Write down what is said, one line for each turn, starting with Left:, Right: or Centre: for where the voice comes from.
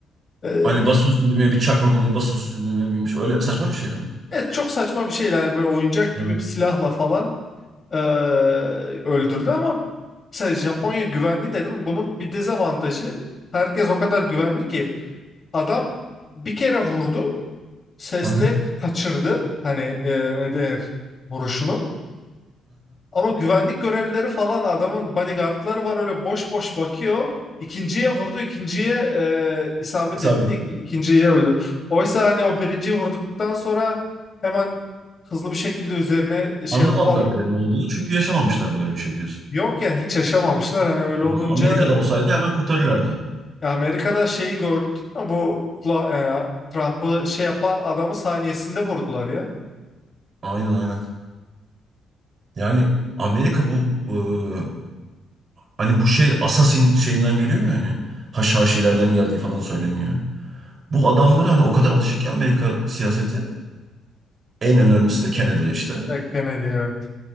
Left: E,
Right: Hani basıyorsun düğmeye bir çakmak oluyor. Basıyorsun düğmeye binmiş. Öyle saçma bir şeyle mi?
Left: evet, çok saçma bir şeydi. Hani böyle oyuncak
Right: Hı.
Left: gibi bir silahla falan e, öldürdü ama mesela Japonya güvenli dedim. Bunun bir dezavantajı herkes o kadar güvenli ki adam bir kere vurdu. sesle
Right: Aha aha.
Left: kaçırdı. Hani e, ne denir vuruşunu. Ama güvenlik görevlileri falan adamın bodyguardları var öyle boş boş bakıyor. İkinciye vurdu, ikinciye e, isabet
Right: İsabet
Left: etti,
Right: ettirdim.
Left: ik- ikinciye öldü. Oysa hani o birinciyi vurduktan sonra hemen hızlı bir şekilde üzerine şey
Right: Anlamadılar
Left: yapıp adam
Right: bile ne olduğunu çünkü yaşamamışlar böyle bir şey diyorsun.
Left: yok yani hiç yaşamamışlar. Hani öyle
Right: Ama
Left: olunca
Right: Amerika'da olsaydı hemen kurtarırlardı.
Left: ya Amerika'da şeyi gördü bu Fla- e, Trump'ı şey yapan adamı saniyesinde vurdular ya.
Right: Aynen aynen. Yani Amerika bu e, hani bu şey Assassin şeyinden geliyor ya hani Haşhaşilerden geldiği falan söyleniyor. Bu adamları hani o kadar alışık ki Amerika siyaseti. En önemlisi de Kennedy işte.
Left: Evet, Kennedy evet.